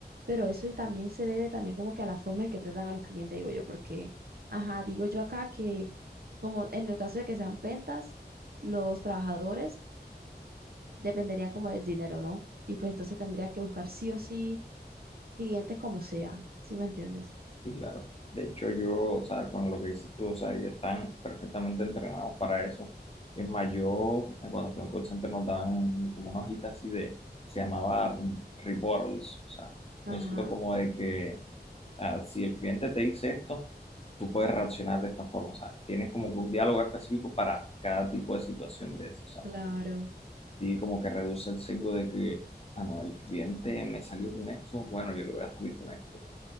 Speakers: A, on the right; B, on the left.
A: Pero eso y también se debe también como que a la forma en que tratan a los clientes, digo yo, porque, ajá, digo yo acá que como en el caso de que sean ventas, los trabajadores dependerían como del dinero, ¿no? Y pues entonces tendrían que buscar sí o sí clientes como sea, ¿sí me entiendes?
B: Sí, claro. De hecho, yo, o sea, con lo que dices tú, o sea, ellos están perfectamente entrenados para eso. Es más, yo, eh, cuando estuve en call center, nos daban como una hojita así de, que se llamaba re- rebuttals. O sea, yo
A: Ajá,
B: siento como de que, o sea, si el cliente te dice esto, tú puedes reaccionar de esta forma. O sea, tienes como que un diálogo específico para cada tipo de situación de eso. O sea, mejor
A: Claro.
B: dicho, así como que reduce el sesgo de que, ah, no, el cliente me salió con esto, bueno, yo le voy a salir con esto.